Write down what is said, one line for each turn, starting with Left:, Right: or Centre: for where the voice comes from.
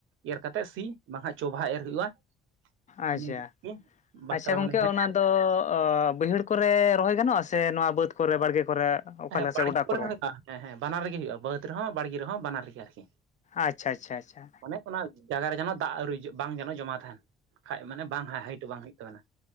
Right: ᱮᱨ ᱠᱟᱛᱮ ᱥᱤ ᱵᱟᱝᱠᱷᱟᱱ ᱪᱳᱵᱷᱟ ᱮᱨ ᱦᱩᱭᱩᱜᱼᱟ
Left: ᱟᱪᱟ
Right: ᱤᱱᱟᱹᱜᱮ ᱵᱟᱛᱨᱟ
Left: ᱟᱪᱪᱷᱟ ᱜᱚᱝᱠᱮ
Right: ᱢᱟᱱᱮ ᱦᱮᱸ
Left: ᱚᱱᱟ ᱫᱚ ᱵᱟᱹᱭᱦᱟᱹᱲ ᱠᱚᱨᱮ ᱨᱚᱦᱚᱭ ᱜᱟᱱᱚᱜᱼᱟ ᱥᱮ? ᱡᱮ ᱱᱚᱣᱟ ᱵᱟᱹᱫᱽ ᱠᱚᱨᱮ ᱵᱟᱲᱜᱮ ᱠᱚᱨᱮ ᱚᱠᱟ
Right: ᱦᱮᱸ
Left: ᱞᱮᱠᱟ
Right: ᱵᱟᱲᱜᱮ
Left: ᱥᱮ ᱜᱚᱰᱟ ᱠᱚᱨᱮ?
Right: ᱦᱚᱸ ᱦᱩᱭᱩᱜᱼᱟ ᱦᱮᱸ ᱦᱮᱸ ᱵᱟᱱᱟᱨᱜᱮ ᱦᱩᱭᱩᱜᱼᱟ ᱵᱟᱹᱫᱽ ᱨᱮᱦᱚᱸ ᱵᱟᱲᱜᱮ ᱨᱮᱦᱚᱸ ᱵᱟᱱᱟᱨ ᱨᱮᱜᱮ ᱟᱨᱠᱤ
Left: ᱟᱪᱪᱷᱟ ᱟᱪᱪᱷᱟ ᱟᱪᱪᱷᱟ
Right: ᱢᱟᱱᱮ ᱚᱱᱟ ᱡᱟᱭᱜᱟ ᱨᱮ ᱡᱮᱱᱚ ᱫᱟᱜ ᱟᱹᱨᱤ ᱵᱟᱝ ᱡᱮᱱᱚ ᱡᱚᱢᱟ ᱛᱟᱦᱮᱱ ᱠᱷᱟᱡ ᱢᱟᱱᱮ ᱵᱟᱝ ᱦᱟ ᱦᱟᱭᱤᱴ ᱵᱟᱝ ᱦᱩᱭᱩᱜ ᱛᱟᱵᱮᱱᱟ